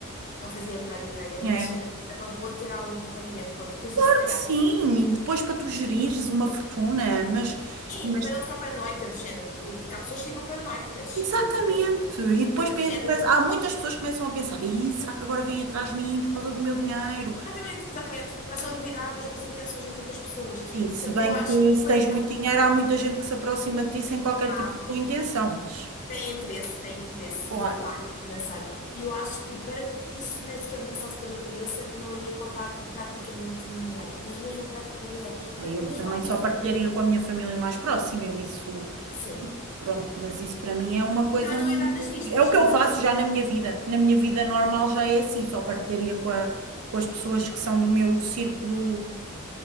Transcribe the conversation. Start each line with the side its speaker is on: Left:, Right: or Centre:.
Left: Não fazia a menor ideia, mas
Right: É.
Left: se calhar era uma boa ter algum acompanhamento. Pronto, depois
Right: Claro
Left: eu se calhar.
Right: que sim, e depois para tu gerires uma fortuna, mas,
Left: E
Right: mas
Left: para não ficar paranoica do género, eh, porque há pessoas que ficam paranoicas.
Right: Exatamente.
Left: Eu, eu,
Right: E depois
Left: eh,
Right: pe-
Left: do género,
Right: mas há muitas pessoas que começam a pensar, Ih, será que agora vêm atrás de mim por causa do meu dinheiro?
Left: Exatamente, exatamente. Começam a duvidar das boas intenções das outras pessoas.
Right: Sim,
Left: E,
Right: se
Left: portanto,
Right: bem
Left: eu acho
Right: que
Left: que
Right: se
Left: faria,
Right: tens muito dinheiro, há muita gente que se aproxima de ti sem qualquer
Left: ah,
Right: tipo de boa intenção, mas
Left: tem interesse, tem interesse
Right: claro,
Left: monetário, financeiro. E eu acho que para que isso nem sequer me passasse pela cabeça, não iria contar a praticamente ninguém. Mas mesmo a praticamente ninguém.
Right: aí
Left: Eh,
Right: eu
Left: Mesmo
Right: também
Left: à minha
Right: só
Left: família.
Right: partilharia com a minha família mais próxima, eu isso,
Left: Sim.
Right: pronto, mas isso para mim é uma coisa
Left: E também não
Right: muito,
Left: ia dar nas vistas.
Right: é o que
Left: E
Right: eu
Left: também
Right: faço
Left: não ia...
Right: já na minha vida, na minha vida normal já é assim, só partilharia com a- com as pessoas que são do meu círculo,